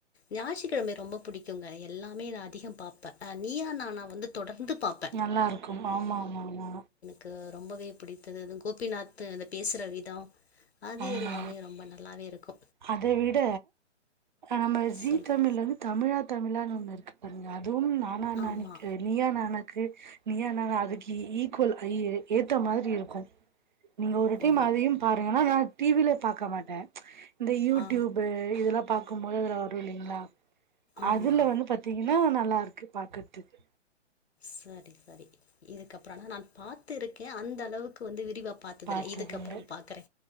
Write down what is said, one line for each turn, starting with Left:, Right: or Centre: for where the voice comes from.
Left: ஞாயிற்றுக்கிழமை ரொம்ப புடிக்குங்க எல்லாமே நா அதிகம் பாப்பே அ நீயா நானா வந்து தொடர்ந்து பாப்
Right: நல்லாருக்கும் ஆமா ஆமா ஆமா
Left: கு ரொம்பவே புடித்தது அது கோபிநாத்து அந்த பேசுற விதோ அது
Right: ஆமா
Left: எல்லாமே ரொம்ப நல்லாவே இருக்கு
Right: அத விட நம்ம ஜீ
Left: சொல்லுங்க.
Right: தமி ழ்ல வந்து தமிழா தமிழான்னு ஒன்னு இருக்கு பாருங்க அதுவும் நானா நானக்கி
Left: ஆமா.
Right: நீயா நானாக்கு நீயா நானா அதுக்கு ஈக்கோல் ஈ ஏத்த மாதிரி இருக்கும் நீங்க ஒரு
Left: ஓ!
Right: டைம் அதையும் பாருங்கஆனா நா டி வி ல பாக்க மாட்டே இந்த யூடியூப்பு
Left: ஆ,
Right: இதெல்லா பாக்கும்போது அதுல வரு இல்லிங்களா
Left: ஆமா.
Right: அதுல வந்து பாத் திங்கனா நல்லாருக்கு பாக்குற்துக்கு
Left: சரி சரி இதுக்கப்பற ஆனா நான் பாத்து இருக்கே அந்த அளவுக்கு வந்து விரிவா பாத்ததில்ல
Right: பாத்ததுல்ல
Left: இதுக்கப்பறம் பாக்கறே